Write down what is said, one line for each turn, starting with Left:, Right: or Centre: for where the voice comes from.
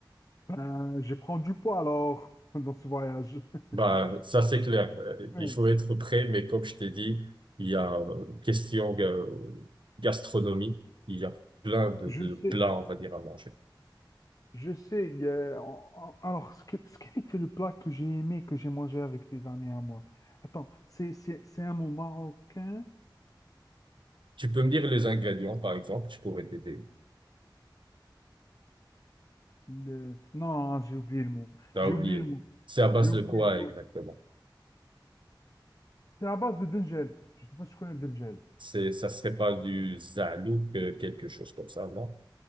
Left: Ben, je prends du poids alors <laughs> dans ce voyage. <laughs>
Right: Bah, ça c'est clair. Euh,
Left: Ouais.
Right: Il faut être prêt, mais comme je t'ai dit, il y a euh, question euh, gastronomie, il y a plein de,
Left: Je
Right: de
Left: sais,
Right: plats, on va dire, à manger.
Left: je sais. il y a- en- en- Alors, ce que- ce quel était le plat que j'ai aimé, que j'ai mangé avec des amis à moi? Attends, c'est c'est- c'est un mot marocain?
Right: Tu peux me dire les ingrédients, par exemple, je pourrais t'aider.
Left: Le- Non, j'ai oublié le mot.
Right: T'as
Left: J'ai
Right: oublié.
Left: oublié le mot.
Right: C'est à base
Left: J'ai oublié
Right: de quoi
Left: le mot.
Right: exactement?
Left: C'est à base de Dengel. Je sais pas si tu connais le Dengel.
Right: C'est, ça serait pas du zalouk, euh, quelque chose comme ça, non?